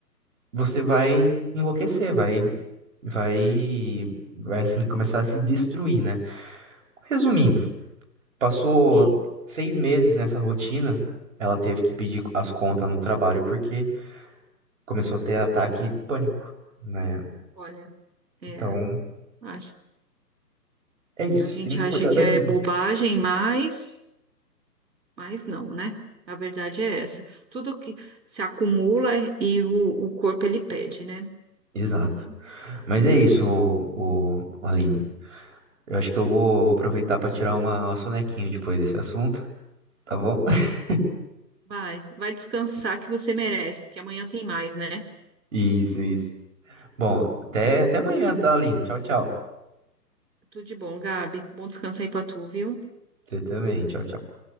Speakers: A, on the right; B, on the right.
A: você vai enlouquecer, vai, vai, vai assim, começar a se destruir, né? Resumindo, Passou
B: Sim,
A: seis meses nessa rotina, ela teve que pedir as contas no trabalho porque começou a ter ataque de pânico, né?
B: olha, é,
A: Então,
B: a,
A: é isso,
B: a gente
A: tem que
B: acha
A: cuidar
B: que
A: da
B: é
A: vida.
B: bobagem, mas, mas não, né? A verdade é essa. Tudo que se acumula e o, o corpo ele pede, né?
A: Exato.
B: Aí
A: Mas é isso, o, o Aline. Eu acho que eu vou, vou aproveitar para tirar uma, uma sonequinha depois desse assunto, tá bom? <laughs>
B: Vai, vai descansar que você merece, porque amanhã tem mais, né?
A: Isso, isso. Bom, até, até amanhã, tá, Aline? Tchau, tchau.
B: Tudo de bom, Gabi. Bom descanso aí pra tu, viu?
A: Você também, tchau, tchau.